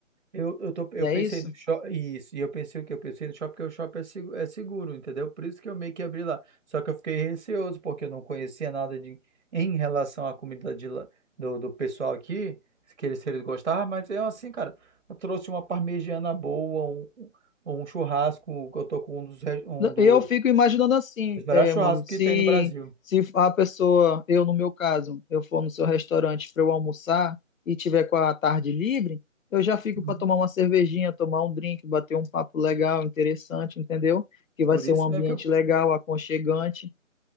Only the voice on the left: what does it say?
não
é isso?
Eu fico imaginando assim,
é,
mano, se,
se a pessoa, eu no meu caso, eu for no seu restaurante para eu almoçar e tiver com a tarde livre, eu já fico
para tomar uma cervejinha, tomar um drink, bater um papo legal, interessante, entendeu? Que vai
ser
um ambiente
legal, aconchegante.